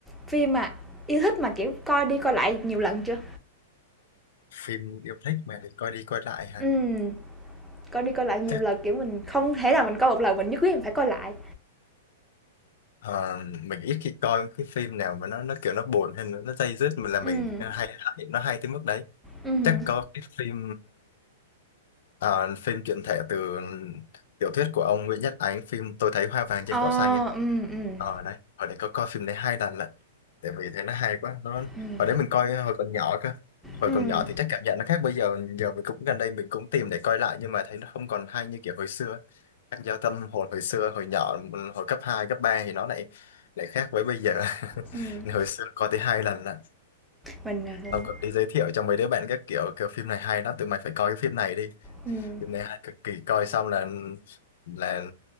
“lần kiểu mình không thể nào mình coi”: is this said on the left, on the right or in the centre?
Centre